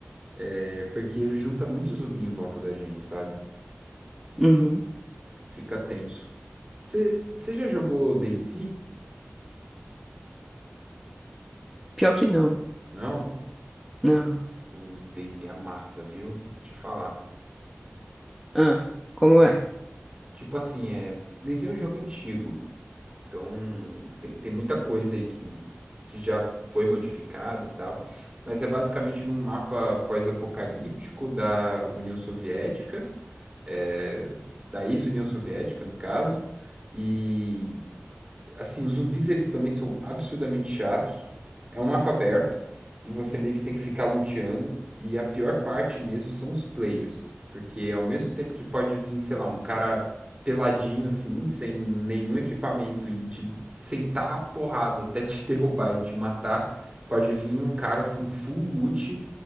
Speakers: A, on the right (about 25°); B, in the centre.
A: eh, porque junta muito zumbi em volta da gente, sabe?
B: Uhum.
A: Fica tenso. Você você já jogou DayZ?
B: Pior que não.
A: Não?
B: Não.
A: O DayZ é massa, viu? Vou te falar.
B: Ah, como é?
A: Tipo assim, é... DayZ é um jogo antigo. Então, tem, tem muita coisa aí que, que já foi modificada e tal, mas é basicamente num mapa pós-apocalíptico da União Soviética, eh, da ex-União Soviética, no caso, e assim, os zumbis eles também são absurdamente chatos. É um mapa aberto e você meio que tem que ficar luteando. E a pior parte mesmo são os players, porque ao mesmo tempo que pode vir, sei lá, um cara peladinho assim, sem nenhum equipamento e te sentar a porrada até te <laughs> derrubar e te matar, pode vir um cara assim full loot